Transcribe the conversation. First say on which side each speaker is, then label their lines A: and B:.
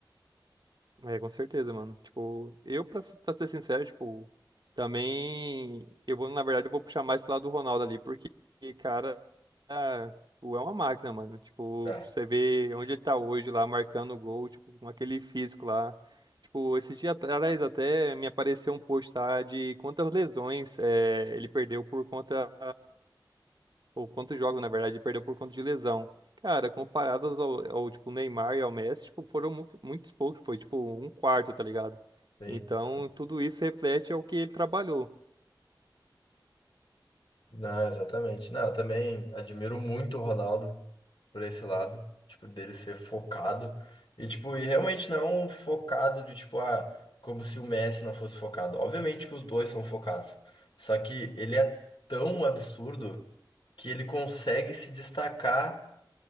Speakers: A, on the right; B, on the left.
A: É, com certeza, mano. Tipo, eu, pra, pra ser sincero, tipo, também. Eu vou, na verdade, eu vou puxar mais pro lado do Ronaldo ali, porque, cara, ah, tipo, é uma máquina, mano. Tipo,
B: É,
A: você vê onde ele tá hoje lá, marcando o gol, tipo, com aquele físico lá. Tipo, esse dia atrás até me apareceu um post lá de quantas lesões eh, ele perdeu por conta ou quantos jogos, na verdade, ele perdeu por conta de lesão. Cara, comparados ao, ao tipo, Neymar e ao Messi, tipo, foram mu- muitos poucos, foi tipo um quarto, tá ligado?
B: sim.
A: Então, tudo isso reflete ao que ele trabalhou.
B: Não, exatamente. Não, eu também admiro muito o Ronaldo por esse lado, tipo, dele ser focado. E, tipo, e realmente não um focado de, tipo, ah, como se o Messi não fosse focado. Obviamente que os dois são focados. Só que ele é tão absurdo que ele consegue se destacar